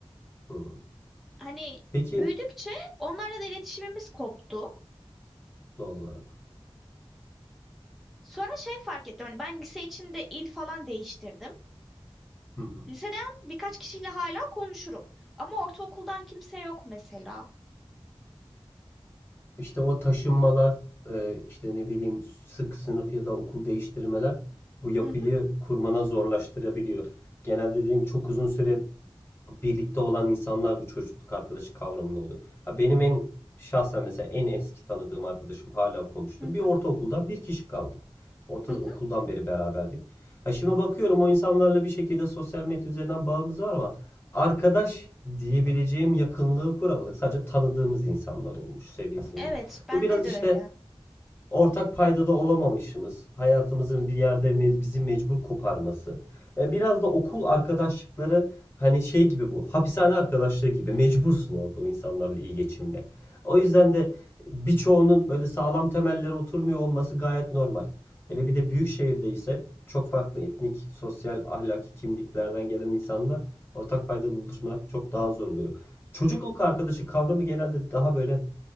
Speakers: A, on the left; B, in the centre.
A: Hı.
B: Hani
A: Peki
B: büyüdükçe onlarla da iletişimimiz koptu.
A: doğal olarak
B: Sonra şey fark ettim. Hani ben lise içinde il falan değiştirdim.
A: Hı hı.
B: Liseden birkaç kişiyle hala konuşurum. Ama ortaokuldan kimse yok mesela.
A: işte o taşınmalar e, işte ne bileyim sık sınıf ya da okul değiştirmeler bu yapıyı
B: Hı hı,
A: kurmana zorlaştırabiliyor. Genelde dediğim çok uzun süre birlikte olan insanlar bu çocukluk arkadaşı kavramında oluyor. Ya benim en şahsen mesela en eski tanıdığım arkadaşım hala konuştum.
B: hı hı,
A: Bir ortaokuldan bir kişi kaldı. Ortaokuldan
B: hı hı.
A: beri beraberdik. Ha şimdi bakıyorum o insanlarla bir şekilde sosyal medya üzerinden bağımız var ama arkadaş diyebileceğim yakınlığı kuramadık. Sadece tanıdığımız insanlar olmuş seviyesine
B: Evet,
A: geliyor.
B: bende
A: Bu biraz
B: de
A: işte
B: öyle.
A: ortak paydada olamamışımız, hayatımızın bir yerde me- bizi mecbur koparması. E, biraz da okul arkadaşlıkları hani şey gibi bu, hapishane arkadaşlığı gibi mecbursun orada o insanlarla iyi geçinme. O yüzden de birçoğunun böyle sağlam temelleri oturmuyor olması gayet normal. Hele bir de büyük şehirde ise çok farklı etnik, sosyal, ahlaki kimliklerden gelen insanlar ortak paydada buluşmak çok daha zor oluyor. Çocukluk arkadaşı kavramı genelde daha böyle